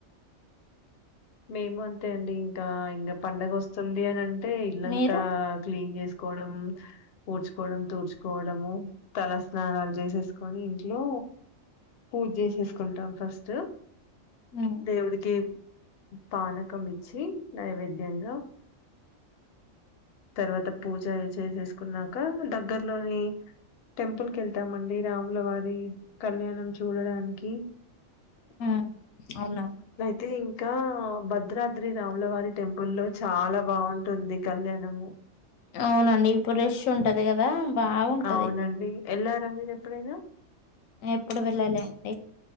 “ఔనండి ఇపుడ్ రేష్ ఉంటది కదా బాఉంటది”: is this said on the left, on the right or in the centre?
Left